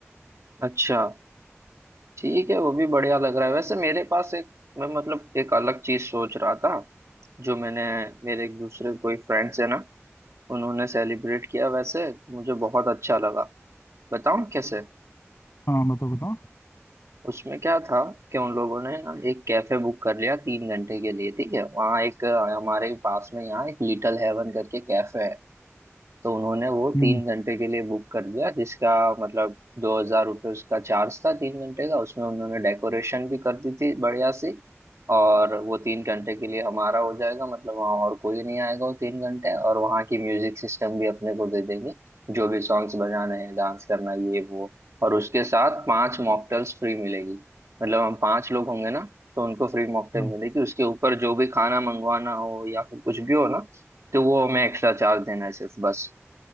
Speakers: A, on the right (about 75°); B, on the left (about 60°).
A: अच्छा ठीक है वो भी बढ़िया लग रहा है वैसे मेरे पास एक मैं मतलब एक अलग चीज सोच रहा था जो मैंने मेरे एक दूसरे कोई फ्रेंड्स है ना उन्होंने सेलिब्रेट किया वैसे तो मुझे बहुत अच्छा लगा बताऊं कैसे
B: हाँ बताओ बताओ
A: उसमें क्या था कि उन लोगों ने ना एक कैफे बुक कर लिया तीन घंटे के लिए ठीक है वहाँ एक अ, हमारे पास में यहाँ एक लिटिल हेवन करके कैफे है तो उन्होंने वो
B: हम्म
A: तीन घंटे के लिए बुक कर दिया जिसका मतलब दो हजार रुपये उसका चार्ज था तीन घंटे का उसमें उन्होंने डेकोरेशन भी कर दी थी बढ़िया सी और वो तीन घंटे के लिए हमारा हो जाएगा मतलब वहाँ और कोई नहीं आएगा वो तीन घंटे और वहाँ की म्यूजिक सिस्टम भी अपने को दे देंगे जो भी सॉन्ग्स बजाने हैं डांस करना है, ये वो और उसके साथ पांच मॉकटेल्स फ्री मिलेगी मतलब हम पांच लोग होंगे ना तो उनको फ्री मॉकटेल
B: हाँ
A: मिलेगी उसके ऊपर जो भी खाना मंगवाना हो या फिर कुछ भी हो ना तो वो हमें एक्स्ट्रा चार्ज देना है सिर्फ बस